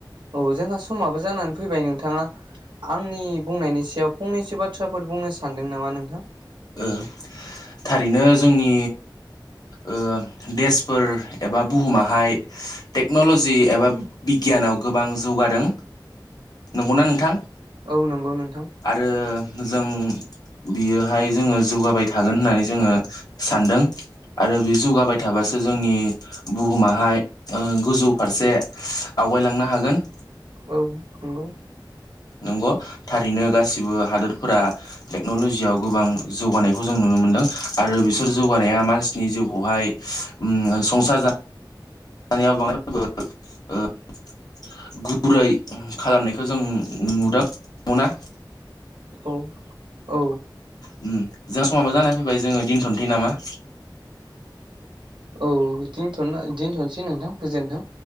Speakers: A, on the right; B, on the left.
A: औ जोंहा समाबो जानानै फैबाय नोंथाङा आंनि बुंनायनि सायाव फंनैसो बाथ्राफोर बुंनो सानदों नामा नोंथां?
B: ओ थारैनो जोंनि ओ देसफोर एबा बुहुमाहाय टेक्न'ल'जि एबा बिगियानाव गोबां जौगादों। नंगौना नोंथां?
A: औ नंगौ नोंथां।
B: आरो जों बियोहाय जोङो जौगाबाय थागोन होननानै जोङो सानदों आरो बे जौगाबाय थाबासो जोंनि बुहुमाहाय ओ गोजौ फारसे आवगायलांनो हागोन
A: औ नंगौ।
B: नंगौ थारैनो गासिबो हादोरफोरा टेक्न'ल'जियाव गोबां जौगानायखौ जों नुनो मोनदों आरो बिसोर जौगानाया मानसिनि जिउखौहाय उम संसार जा दानायाव बांद्रायबो ओ गुरै खालामनायखौ जों <unintelligible>
A: औ औ
B: उम जाहा समाबो जाना फैबाय जोङो दिनथ'नोसै नामा
A: औ दिनथ'नो दोनथ'नोसै नोंथां गोजोन्थों